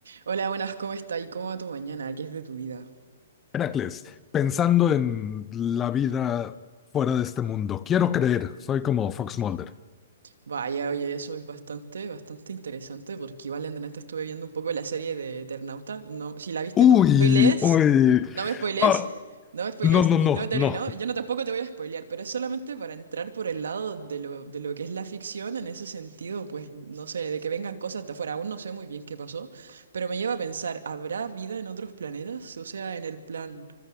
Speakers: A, on the right; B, on the left.
A: Hola, buenas, ¿cómo estás? ¿Y cómo va tu mañana? ¿Qué es de tu vida?
B: Heracles, pensando en la vida fuera de este mundo, quiero creer, soy como Fox Mulder.
A: Vaya, oye, eso es bastante, bastante interesante porque igual en delante estuve viendo un poco la serie de Eternauta. No, si la viste,
B: Uy,
A: no me spoilees.
B: uy,
A: No me spoilees.
B: ah,
A: No me spoilees.
B: no, no,
A: y
B: no,
A: No he terminado.
B: no,
A: Yo no tampoco te voy a spoilear, pero es solamente para entrar por el lado de lo, de lo que es la ficción. En ese sentido, pues no sé, de que vengan cosas de afuera. Aún no sé muy bien qué pasó, pero me lleva a pensar, ¿habrá vida en otros planetas? O sea, en el plan,